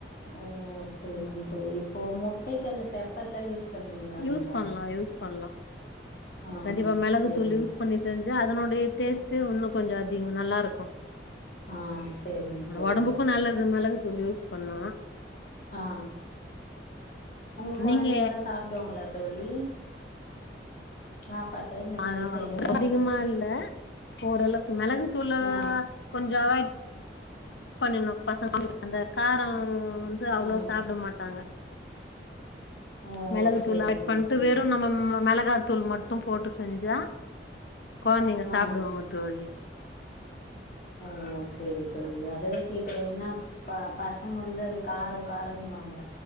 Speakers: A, on the left (about 50°); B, on the left (about 85°).
A: ஓ சேரிங்க
B: ம்
A: தோழி இப்போ முட்டைக்கி அந்த பெப்பர்லா யூஸ் பண்ணுவீங்களா
B: யூஸ்
A: நீங்க?
B: பண்லா யூஸ் பண்லா
A: ஆ
B: கண்டிப்பா மெளகு
A: சேரிங்க
B: தூளு யூஸ்
A: தோ
B: பண்ணி செஞ்சு அதனுடைய டேஸ்ட்டே உன்னு கொஞ்சோ அதிகோ நல்லாருக்கு
A: ஆ சேரிங்க தோழி
B: ஒடம்புக்கு நல்லது மெளகு தூளு பண்ணு
A: ஆ ஒங்க கொழந்தைங்கல்லா
B: நீங்க
A: சாப்டுவாங்களா தோழி சாப்பாட்ட இந்த
B: அ
A: மாரி
B: அவ்ளோ
A: செஞ்சா
B: அதிகமால்ல ஓரளவு மெளகுத்தூள
A: ஆ
B: கொஞ்சோ அவாய்ட் பண்ணுனு பசங்க <unintelligible> அந்த காரம் வந்து அவ்ளோ
A: ஆ
B: சாப்ட மாட்டாங்க
A: ஓ
B: மெளகுத்தூள
A: சேரி
B: கட்
A: சேரி
B: பண்ட்டு
A: தோழி
B: வெறும் நம்ம மெ மெளகாத்தூள் மட்டு போட்டு செஞ்சா கொழந்தைங்க
A: ஆ
B: சாப்டுவாங்க தோழி
A: ஓ செரி தோழி அதுதா கேக்குற என்னா ப பசங்க வந்து அது காரோ காரன்வாங்க